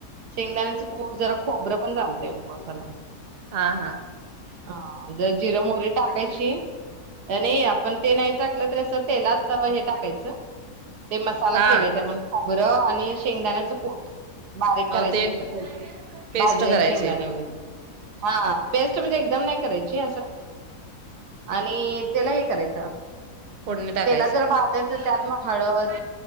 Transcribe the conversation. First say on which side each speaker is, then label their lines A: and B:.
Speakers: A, on the right; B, on the right.
A: शेंगदाण्याचं कोट जरा खोबरं पण चालतं उपवासाला.
B: हा हा
A: ह जर जिर मोरी टाकायची नाही, आपण ते नाही टाकलं त असं तेलात हे टाकायचं. ते मसाला
B: हा
A: केलाय, बरं आणि शेंगदाण्याचं कुट बारीक करायची
B: ते
A: एकत्र
B: पेस्ट
A: भाजलेले
B: करायचे
A: शेंगदाणे वगैरे हा पेस्ट म्हणजे दम नाही करायची असं आणि त्याला हे करायचं
B: फोडणी टाकायचे
A: तेलात जरा भाजायचं त्यात मग हळद